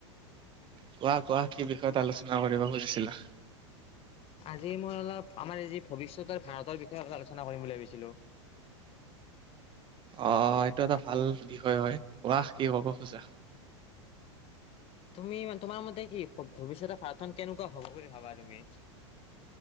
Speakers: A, on the right; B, on the left.
A: কোৱা কোৱা কি বিষয়ত আলোচনা কৰিব খুজিছিলা
B: আজি মই অলপ আমাৰ এইি ভৱিষ্যতৰ ভাৰতৰ বিষয়ে অল আলোচনা কৰিম বুলি ভাবিছিলো
A: আহ এইটো এটা ভাল বিষয় হয় কৱাহ কি কব খোজা
B: তুমিান তোমাৰ মতে কি ভৱিষ্যতে প্ৰাৰ্থন কেনেকুৱা হব বুলি ভাবা তুমি